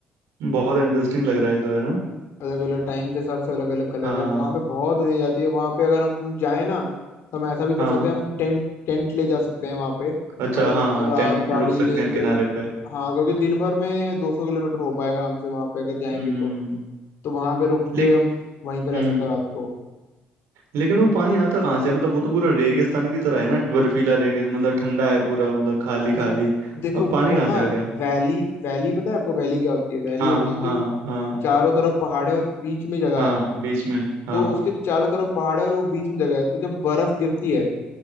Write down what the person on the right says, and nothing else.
बहुत इंटरेस्टिंग लग रहा है ये तो है ना
हाँ
हाँ
अच्छा
हाँ
टेंट
रुक सकते
हैं किनारे पे
हम्म
लिख
हम्म
लेकिन वो पानी आता कहाँ से है? मतलब वो तो पूरा रेगिस्तान की तरह है ना बर्फीला रेगिस्तान मतलब ठंडा है पूरा मतलब खाली
खाली
अब पानी
कहाँ
से आ गया
हाँ
हाँ हाँ
हाँ
बीच में हाँ